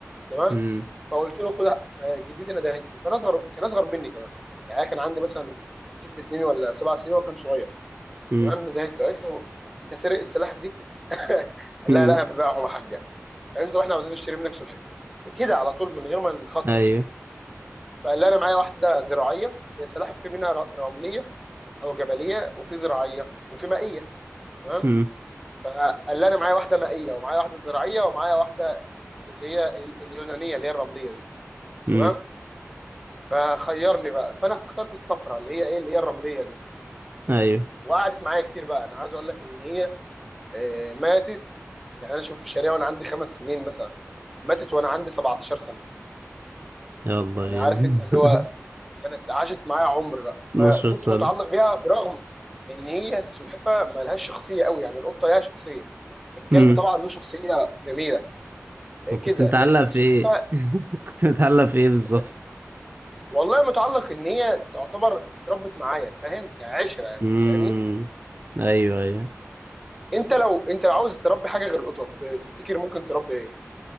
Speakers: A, in the centre; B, on the right (about 45°).
A: تمام
B: مم.
A: فقلت له خدها فجدتي ندهت له كان اصغر كان اصغر مني كمان يعني أنا كان عندي مثلا ست سنين ولا سبع سنين وهو كان صغير
B: مم.
A: تمام ندهت له قالت له انت سرق السلاحف دي <laughs> لا
B: مم.
A: لا انا ببيعهم يا حاجه قالت له طب احنا عاوزين نشتري منك سلحفاه كده على طول من غير ما نخطط
B: أيوه
A: يعني فقال لي انا معايا واحده زراعيه هي السلاحف في منها ر- رمليه او جبليه وفي زراعيه وفي مائيه تمام
B: مم.
A: فقال لي انا معايا واحده مائيه ومعايا واحده زراعيه ومعايا واحده اللي هي ال- اليونانيه اللي هي الرمليه دي
B: مم.
A: تمام فخيرني بقى فانا اخترت الصفراء اللي هي ايه اللي هي الرمليه دي
B: أيوه
A: وقعدت معايا كتير بقى انا عايز اقول لك ان هي آه، ماتت يعني انا شوف الشارع وانا عندي خمس سنين مثلا ماتت وانا عندي 17 سنه
B: يلا
A: يعني
B: بينا
A: عارف انت اللي
B: <laughs>
A: هو كانت عاشت معايا عمر بقى
B: 12
A: فكنت
B: سنة
A: متعلق بيها برغم ان هي السلحفه ما لهاش شخصيه قوي يعني القطه ليها شخصيه الكلب
B: مم.
A: طبعا له شخصيه جميله
B: طب كنت
A: كده
B: متعلق
A: لكن
B: في
A: السلحفه
B: إيه؟ <laughs> كنت متعلق في إيه بالظبط؟
A: م- والله متعلق ان هي تعتبر اتربت معايا فاهم يعني عشره يعني
B: مم.
A: فاهمني
B: أيوه أيوه
A: انت لو انت لو عاوز تربي حاجه غير القطط تفتكر ممكن تربي ايه